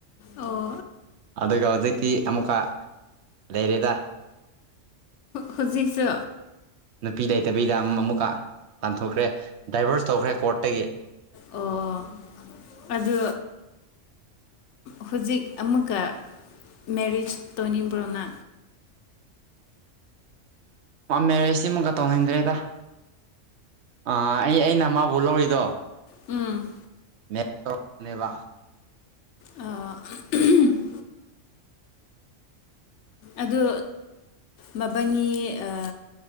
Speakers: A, on the left; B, on the right.
A: ꯑꯣ
B: ꯑꯗꯨꯒ ꯍꯧꯖꯤꯛ ꯑꯥ ꯑꯃꯨꯛꯀ ꯂꯩꯔꯦꯗ
A: ꯍꯖꯤꯁꯨ
B: ꯅꯨꯄꯤ ꯂꯩꯇꯕꯤꯗ ꯑꯃꯨꯛꯀ ꯇꯥꯟꯊꯣꯛꯈ꯭ꯔꯦ ꯗꯥꯏꯚꯔꯁ ꯇꯧꯈ꯭ꯔꯦ ꯀꯣꯔꯠꯇꯒꯤ
A: ꯑꯣ ꯑꯗꯨ ꯍꯧꯖꯤꯛ ꯑꯃꯨꯛꯀ ꯃꯦꯔꯤꯁ ꯇꯣꯅꯤꯕ꯭ꯔꯣꯅꯥ
B: ꯎꯝ ꯃꯦꯔꯦꯖꯁꯤꯃꯨꯛꯀ ꯇꯧꯅꯤꯡꯗ꯭ꯔꯦꯗ ꯑꯩ ꯑꯩꯅꯃꯕꯨ ꯂꯧꯔꯤꯗꯣ
A: ꯎꯝ
B: ꯂꯦꯠ <unintelligible>
A: ꯑ <unintelligible> ꯑꯗꯣ ꯃꯕꯥꯅꯤ ꯑ